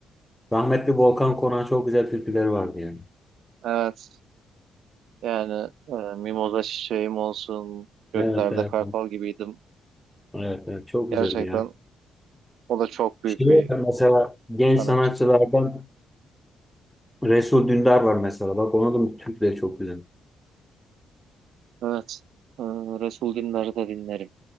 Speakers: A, in the centre; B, on the right.
A: rahmetli Volkan Konak'ın çok güzel türküleri vardı yani.
B: Evet. Yani e, mimoza çiçeğim olsun, göklerde
A: Evet, evet,
B: kartal
A: evet,
B: gibiydim.
A: evet, evet. çok
B: Gerçekten
A: güzeldi ya.
B: o da çok
A: Şey
B: büyük bir
A: var mesela genç
B: sanatçıydı.
A: sanatçılardan Resul Dündar var mesela. Bak onun da türküleri çok güzel.
B: Evet, e, Resul Dündar'ı da dinlerim.